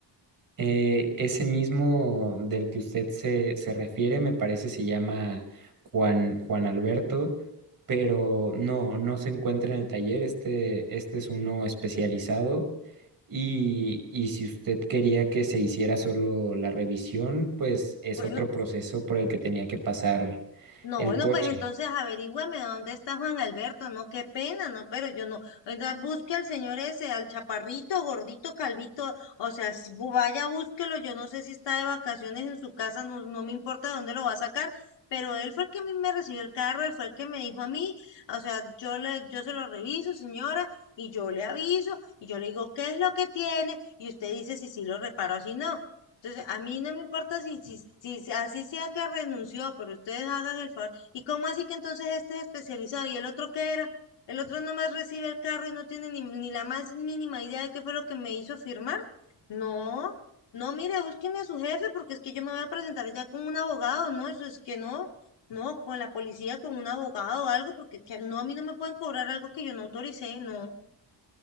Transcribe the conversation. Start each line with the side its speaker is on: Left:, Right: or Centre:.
Right: Eh, ese mismo del que usted se, se refiere, me parece, se llama Juan, Juan Alberto, pero no, no se encuentra en el taller. Este, este es uno especializado Y, y si usted quería que se hiciera solo la revisión, pues es
Left: Bueno,
Right: otro proceso por el que tenía que pasar
Left: No,
Right: el
Left: bueno,
Right: coche.
Left: pues entonces averígüeme dónde está Juan Alberto, no, qué pena, no, pero yo no, oiga, busque al señor ese, al chaparrito, gordito, calvito, o sea, si bu- vaya, búsquelo, yo no sé si está de vacaciones en su casa, no, no me importa dónde lo va a sacar, pero él fue el que a mí me recibió el carro, él fue el que me dijo a mí, o sea, yo le, yo se lo reviso, señora, y yo le aviso, y yo le digo, ¿qué es lo que tiene? Y usted dice si sí lo repara o si no. Entonces, a mí no me importa si, si, si se- así sea que renunció, pero ustedes hagan el favor. ¿Y cómo así que entonces este es especializado y el otro qué era? El otro nomás recibe el carro y no tiene ni, ni la más mínima idea de qué fue lo que me hizo firmar. No, no, mire, búsqueme a su jefe porque es que yo me voy a presentar ya con un abogado, ¿no? Eso es que no, no, con la policía, con un abogado o algo, porque que- no, a mí no me pueden cobrar algo que yo no autoricé, no.